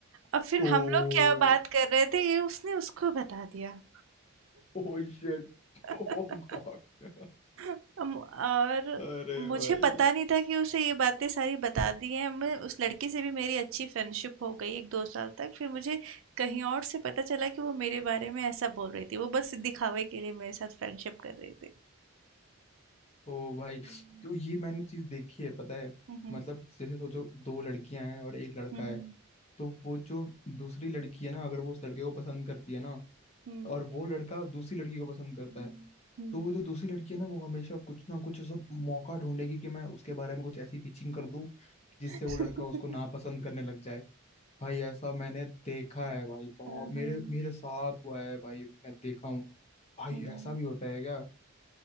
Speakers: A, on the right; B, on the left.
A: अब फिर
B: Oh
A: हम लोग क्या बात कर रहे थे ये उसने उसको बता दिया
B: Oh shit
A: <laughs>
B: Oh god
A: अम, और
B: अरे
A: मुझे
B: भाई
A: पता नहीं था कि उसे ये बातें सारी बता दी हैं मैं उस लड़के से भी मेरी अच्छी फ्रेंडशिप हो गई एक दो साल तक फिर मुझे कहीं और से पता चला कि वो मेरे बारे में ऐसा बोल रही थी वो बस दिखावे के लिए मेरे साथ फ्रेंडशिप कर रही थी
B: ओ भाई
A: हम्म
B: तो ये मैंने चीज देखी है पता है
A: हम्म
B: मतलब जैसे सोचो दो लड़कियां हैं और एक लड़का
A: हम्म
B: है तो वो जो दूसरी लड़की है ना अगर वो उस लड़के को पसंद करती है ना
A: हम्म
B: और वो लड़का दूसरी लड़की को पसंद करता
A: हम्म
B: है
A: हम्म,
B: तो वो जो दूसरी लड़की है ना वो हमेशा कुछ ना कुछ सब मौका ढूंढेगी कि मैं उसके बारे में कुछ ऐसी पिचिंग कर दूं जिससे
A: हम्म,
B: वो लड़का उसको नापसंद करने लग जाए भाई ऐसा मैंने देखा
A: <laughs>
B: है भाई बहुत
A: हाँ,
B: मेरे
A: हाँ,
B: मेरे साथ हुआ है भाई मैं देखा हूँ भाई
A: हम्म
B: ऐसा भी होता है क्या